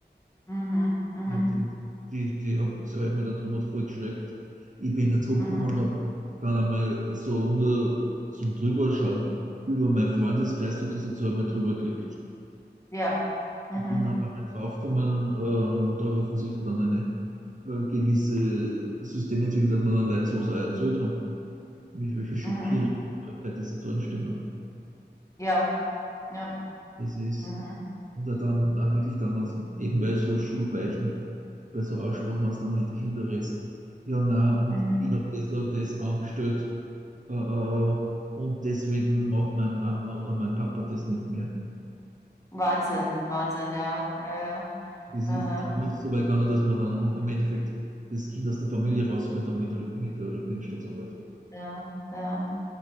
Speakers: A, on the left; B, on the right.
A: Mhm. Mhm.
B: Ich hab die, die, die hab, die hat mich da drüber voll geschreckt. Ich bin jetzt zurückgekommen
A: Mhm.
B: und habe dann einmal so nur zum Drüberschauen über meinen Freundeskreis so diese zwei Mal drüber gelegt.
A: Ja. Mhm.
B: Ich bin auf einmal draufgekommen, ähm, da habe ich offensichtlich dann eine äh, gewisse System entwickelt, dass man dann Leute sowas auch erzählt haben, mit welcher schockierenden
A: Mhm.
B: Neuigkeit diese Zahlen stimmen.
A: Ja. Ja.
B: Das ist,
A: Mhm.
B: und dann auch wirklich dann, wenn's, eben bei so Schulbeichten, bei so Aussprachen, wenn es dann mit Kindern redst, ja, na und
A: Mhm.
B: ich habe das, und das angestellt äh, äh, und deswegen macht meine Mama oder mein Papa das mit mir.
A: Wahnsinn. Wahnsinn, ja. Ja, ja.
B: Das
A: Aha.
B: ist damals so weit gegangen, dass man dann im Endeffekt das Kind aus der Familie rausgeholt haben mit, der- mit, der- mit dem Staatsanwalt.
A: Ja. Ja.